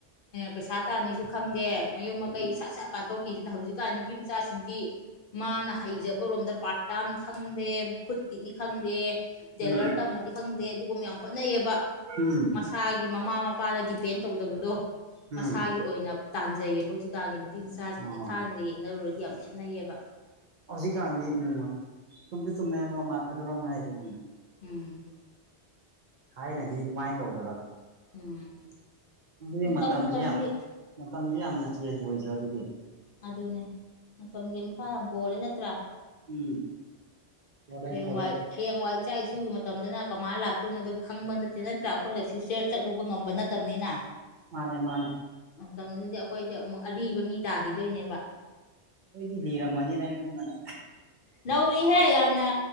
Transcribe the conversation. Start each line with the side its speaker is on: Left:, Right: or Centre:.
Left: ꯄꯩꯁꯥ ꯇꯥꯅꯤꯁꯨ ꯈꯪꯗꯦ ꯃꯌꯨꯝ ꯃꯀꯩ
Right: ꯎꯝ
Left: ꯁꯥꯠ ꯁꯠ ꯄꯥꯟꯊꯣꯛꯈꯤꯗꯅ ꯍꯧꯖꯤꯛꯀꯥꯟ ꯅꯨꯄꯤ ꯃꯆꯥꯁꯤꯡꯗꯤ ꯃꯥꯅ ꯍꯩꯖꯕꯔꯣꯝꯗ ꯄꯥꯔꯠ ꯇꯥꯝ ꯈꯪꯗꯦ ꯈꯨꯠꯀꯤꯅꯤ ꯈꯪꯗꯦ ꯇꯦꯂꯔ
Right: ꯎꯝ
Left: ꯇꯝꯃꯗꯤ ꯈꯪꯗꯦ ꯑꯗꯨꯒꯨꯝꯕ ꯌꯥꯝ ꯍꯣꯠꯅꯩꯌꯦꯕ
Right: ꯎꯝ ꯎꯝ
Left: ꯃꯁꯥꯒꯤ ꯃꯃꯥ ꯃꯄꯥꯗ ꯗꯤꯄꯦꯟ ꯇꯧꯗꯕꯗꯣ ꯃꯁꯥꯒꯤ
Right: ꯎꯝ
Left: ꯑꯣꯏꯅ ꯇꯥꯟꯖꯩꯌꯦꯕ ꯍꯧꯖꯤꯛꯀꯥꯟꯒꯤ ꯅꯨꯄꯤ ꯃꯆꯥꯁꯤꯡꯁꯤ
Right: ꯑꯣ
Left: ꯊꯥꯏꯅꯒ ꯌꯦꯡꯅꯔꯨꯔꯗꯤ ꯌꯥꯝ ꯈꯦꯠꯅꯩꯌꯦꯕ
Right: ꯍꯧꯖꯤꯛꯀꯥꯟꯗꯤ ꯎꯝ ꯁꯨꯝꯗꯤ ꯆꯨꯝꯃꯦ ꯑꯔꯣꯝ ꯑꯗꯨꯔꯣꯝ ꯍꯥꯏꯗꯤ ꯎꯝ
Left: ꯎꯝ
Right: ꯊꯥꯏꯅꯗꯤ ꯑꯗꯨꯃꯥꯏꯅ ꯇꯧꯗꯕ
Left: ꯎꯝ
Right: ꯑꯗꯨꯗꯤ
Left: ꯃꯇꯝ
Right: ꯃꯇꯝꯁꯦ
Left: ꯃꯇꯝꯒꯤ
Right: ꯌꯥꯝ ꯃꯇꯝꯁꯦ ꯌꯥꯝꯅ ꯆꯦꯟꯖ ꯑꯣꯏꯗ꯭ꯔꯣ ꯑꯗꯨꯗꯤ
Left: ꯑꯗꯨꯅꯦ ꯃꯇꯝꯒꯤ ꯃꯈꯥ ꯌꯥꯝ ꯄꯣꯜꯂꯤ ꯅꯠꯇ꯭ꯔꯥ
Right: ꯎꯝ ꯄꯣꯜꯂꯦ
Left: ꯍꯌꯦꯡꯋꯥꯏ
Right: ꯄꯣꯜꯂꯦ
Left: ꯍꯌꯦꯡꯋꯥꯏ ꯏꯆꯥ ꯏꯁꯨꯒꯤ ꯃꯇꯝꯗꯅ ꯀꯃꯥꯏꯅ ꯂꯥꯛꯇꯣꯏꯅꯣꯗꯨ ꯈꯪꯕ ꯅꯠꯇꯦ ꯅꯠꯇ꯭ꯔ ꯑꯩꯈꯣꯏꯗ ꯐ꯭ꯌꯨꯆꯔ ꯆꯠꯂꯨꯕ ꯉꯝꯕ ꯅꯠꯇꯕꯅꯤꯅ
Right: ꯃꯥꯅꯦ ꯃꯥꯅꯦ
Left: ꯃꯇꯝꯗꯨꯗꯤ ꯑꯩꯈꯣꯏꯁꯦ ꯑꯃꯨꯛ ꯑꯔꯤꯕ ꯃꯤ ꯇꯥꯈꯤꯗꯣꯏꯅꯦꯕ
Right: ꯑꯩꯈꯣꯏꯗꯤ ꯂꯤꯔꯝꯃꯅꯤꯅ ꯑꯩꯅ ꯈꯟꯕꯗ
Left: ꯅꯧꯔꯤꯍꯦ ꯌꯥꯝꯅ